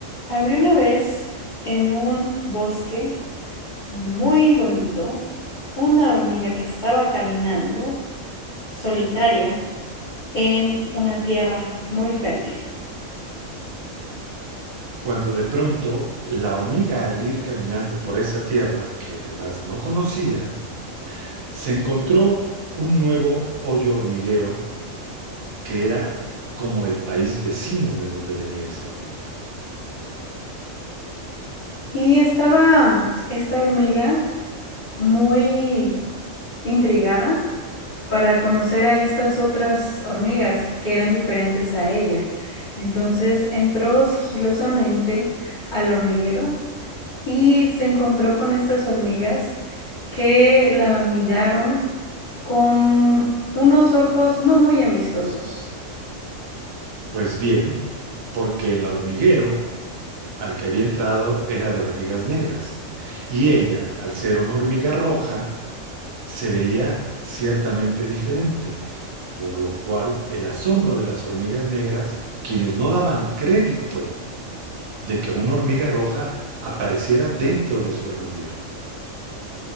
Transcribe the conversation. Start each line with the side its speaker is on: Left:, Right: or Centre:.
Left: Había una vez en un bosque muy bonito una hormiga que estaba caminando solitaria en una tierra muy fértil.
Right: cuando de pronto la hormiga al ir caminando por esa tierra, que además no conocía, se encontró un nuevo hoyo hormiguero que era como el país vecino de donde venía esa hormiga.
Left: Y estaba esta hormiga muy intrigada para conocer a estas otras hormigas que eran diferentes a ella. Entonces entró sigilosamente al hormiguero y se encontró con estas hormigas que la miraron con unos ojos no muy amistosos.
Right: Pues bien, porque el hormiguero al que había entrado era de hormigas negras, y ella, al ser una hormiga roja, se veía ciertamente diferente, por lo cual el asombro de las hormigas negras, quienes no daban crédito de que una hormiga roja apareciera dentro de su hormiguero.